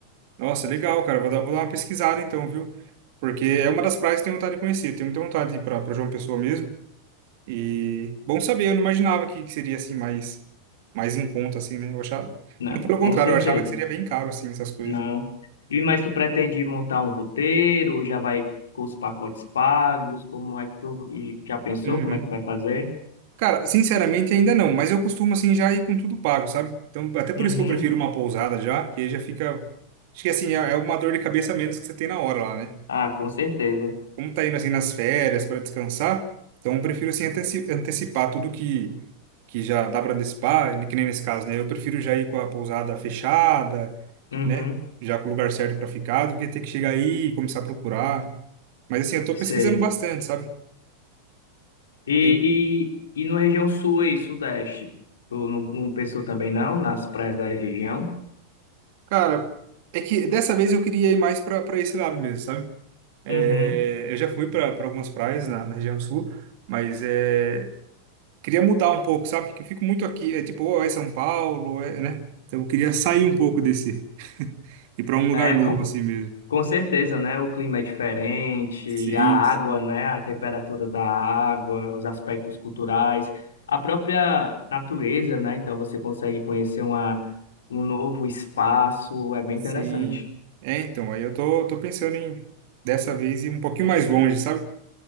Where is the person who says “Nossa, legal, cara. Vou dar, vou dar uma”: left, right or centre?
Right